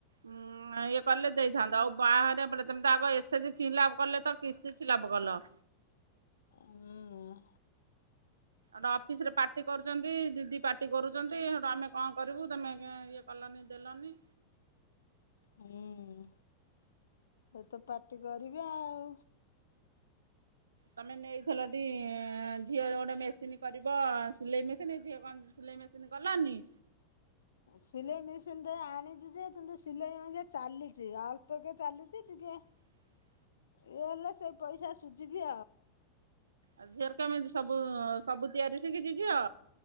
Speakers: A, on the right (about 70°); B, on the left (about 65°).
A: ଉଁ ଇଏ କଲେ ଦେଇଥାନ୍ତ ଆଉ ବାହାରେ ବଲେ ତମିତି ଆଗ ଏସଏଜି ଖିଲାପ କଲେ ତ କିସ୍ତି ଖିଲା କଲ।
B: ମୁଁ।
A: ଟା ଅଫିସ ରେ ପାର୍ଟି କରୁଛନ୍ତି ଦିଦି ପାର୍ଟି କରୁଛନ୍ତି ସେଟୁ ଆମେ କଣ କରିବୁ ତମେ ଇଏ ପଲନୀ ଦେଲନି
B: ହୁଁ। ଏ ତ ପାର୍ଟି କରି ଆଉ
A: ତମେ ନେଇଥିଲଟି ଝିଅ ଗୋଟେ ମେସିନ୍ କରିବ ସିଲେଇ ମେସିନ୍ ଝିଅ କଣ ସିଲେଇ ମେସିନ୍ ଗଲାନି?
B: ସିଲେଇ ମେସିନ୍ ଟେ ଆଣିଚି ଯେ କିନ୍ତୁ ସିଲେଇ ମେସିନ୍ ଚାଲିଛି ଅଳ୍ପ କେ ଚାଲିଛି ଟିକେ
A: <unintelligible>
B: ଇଏ ହେଲେ ସେଇ ପଇସା ସୁଝିଦି।
A: ଆଉ ଝିଅର କେମିତି ସବୁ ସବୁ ତିଆରି ଶିକିଚି ଝିଅ?